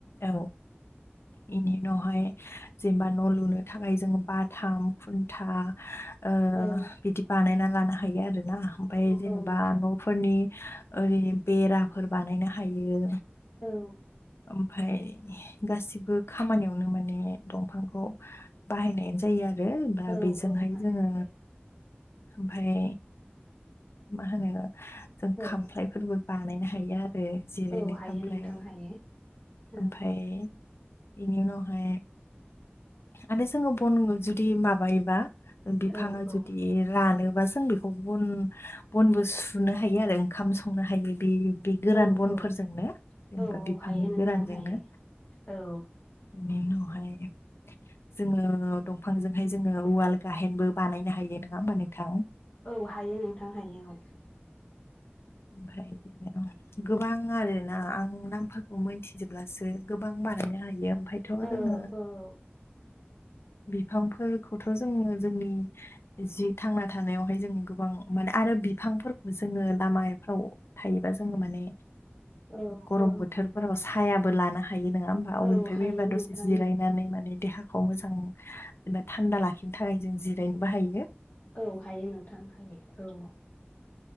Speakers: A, on the left; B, on the left.
A: औ एनि उनावहाय जेनेबा न' लुनो थाखाय जों बाथाम खुन्था ओ
B: औ
A: बिदि बानायना लानो हायो आरो ना ओमाय
B: औ
A: जेनेबा
B: औ नोंथां
A: न' फोरनि ओरै बेराफोर बानायनो हायो।
B: औ
A: ओमफ्राय गाससिबो बो खामानियावनो माने दंफांखौ बाहायनायानो जायो आरो दा
B: औ
A: बेजोंहाय
B: औ बाहायनाय
A: जोङो ओमफाय मा होनो जों
B: जायो
A: खामफ्लायफोरबो बानायनो हायो आरो जिरायनो
B: औ औ हायो
A: खामफ्लाय
B: नोंथां हायो
A: ओमफाय
B: औ
A: इनि उनावहाय माने जोङो बन जुदि माबायोबा बिफाङा
B: औ औ
A: जुदि रानोबा जों बि बन बनबो सुनो हायो आरो ओंखाम संनो हायो बे बे गोरान
B: औ औ
A: बनफोरजोंनो जेनेबा
B: औ
A: बिफांनि
B: हायो नोंथां
A: गोरानजोंनो
B: हायो औ
A: बिनि उनावहाय जोङो दंफांजोंहाय जोङो उवाल गाहेनबो बानायनो हायो नङा होमबानो थां
B: औ हायो नोंथां हायो
A: ओमफाय बिदिनो गोबां आरोना आं नामफोरखौ मोनथिजोबब्लासो गोबां बानायनो हायो। ओमफायथ' जोङो
B: औ औ
A: बिफांफोरखौथ' जोङो जोंनि जि थांना थानायावहाय जों गोबां माने आरो बिफांफोरखौ जोङो लामायफ्राव थायोबा जोङो माने
B: औ
A: गरम
B: औ
A: बोथोरफोराव सायाबो लानो हायो नङा होन आ
B: औ
A: निफ्राय
B: हायो
A: बेबा
B: नोंथां
A: दसे जिरायनानै
B: औ
A: माने देहाखौ मोजां जेनेबा थान्दा लाखिनो थाखाय जों जिरायनो बाहायो।
B: औ हायो नोंथां हायो। औ